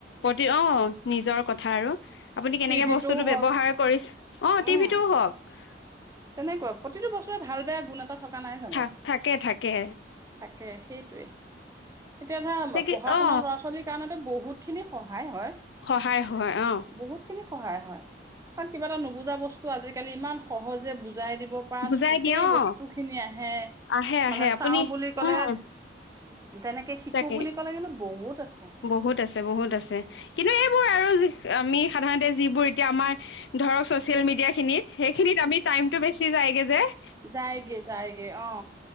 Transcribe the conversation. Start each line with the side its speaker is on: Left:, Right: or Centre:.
Left: প্ৰতি অহ, নিজৰ কথা আৰু আপুনি কেনেকে
Right: টিভিটো
Left: বস্তুটো
Right: হওক
Left: ব্যৱহাৰ কৰিছে, অহ
Right: উম
Left: টিভিটোও হওক।
Right: তেনেকুৱা প্ৰতিটো বস্তুটোৰে ভাল-বেয়া গুণ এটা থা <unintelligible> নাই জানো?
Left: থা থাকে থাকে
Right: থাকে, সেইটোৱে। এতিয়া ধৰা
Left: তাকে
Right: পঢ়া-শুনা
Left: অ
Right: ল'ৰা-ছোৱালীৰ কাৰণেটো বহুতখিনি সহায় হয়,
Left: সহায় হয় অ
Right: বহুতখিনি সহায় হয়, কাৰণ কিবা এটা নুবুজা বস্তু আজি আজিকালি ইমান সহ সহজে বুজা বুজাই দিব পাৰা
Left: বুজাই
Right: গোটেই
Left: দিয়ে অ
Right: বস্তুখিনি আহে,
Left: আহে
Right: মানে
Left: আহে আপুনি
Right: চাওঁ বুলি ক'লে
Left: উম
Right: তেনেকে শিকো
Left: তাকে,
Right: বুলি ক'লে কিন্তু বহুত আছে
Left: বহুত আছে-বহুত আছে। কিন্তু এইবোৰ আৰু যি আমি সাধাৰণতে যিবোৰ এতিয়া আমাৰ ধৰক ছচিয়েল মিডিয়া খিনিত সেইখিনিত আমি টাইমটো বেছি যায়গে দে <unintelligible>
Right: যায়গে-যায়গে অহ।